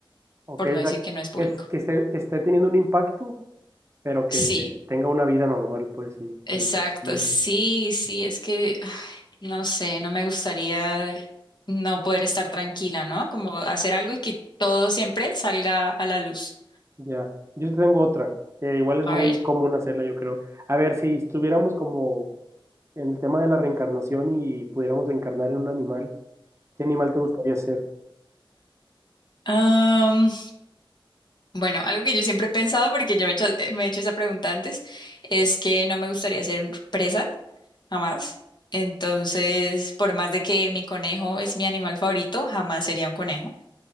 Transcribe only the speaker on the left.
por no
decir
que no es público.
Sí,
exacto,
sí, sí, es que, <sighs> ay, no sé, no me gustaría no poder estar tranquila, ¿no? Como hacer algo y que todo siempre salga a la luz.
A
ver.
<laughs> Bueno, algo que yo siempre he pensado, porque yo me he hecho, eh, me he hecho esa pregunta antes, es que no me gustaría ser presa, jamás. Entonces, por más de que mi conejo es mi animal favorito, jamás sería un conejo.